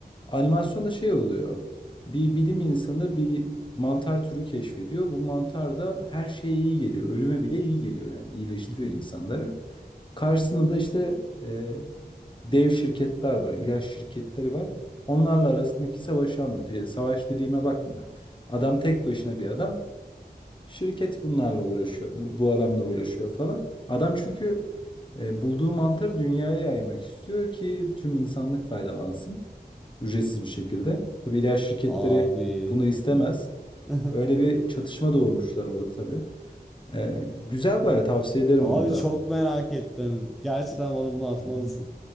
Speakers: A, on the left (about 30°); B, in the centre.
A: animasyonda şey oluyor. Bir bilim insanı bir mantar türü keşfediyor. Bu mantar da her şeye iyi geliyor. Ölüme bile iyi geliyor yani. İyileştiriyor
B: <laughs>
A: insanları. Karşısında da işte e, dev şirketler var, İlaç şirketleri var. Onlarla arasındaki savaşı anlatıyor. Savaş dediğime bakma. Adam tek başına bir adam. Şirket bunlarla uğraşıyor. Bu, bu adamla uğraşıyor falan. Adam çünkü e, bulduğu mantarı dünyaya yaymak istiyor ki tüm insanlık faydalansın. Ücretsiz bir şekilde. Tabii ilaç şirketleri
B: Abi.
A: bunu istemez.
B: <laughs>
A: Öyle bir çatışma doğurmuşlar orada tabii. E, güzel bayağı tavsiye ederim
B: Abi
A: onu da.
B: çok merak ettim. Gerçekten bana bunu atmalısın.
A: Hı hı.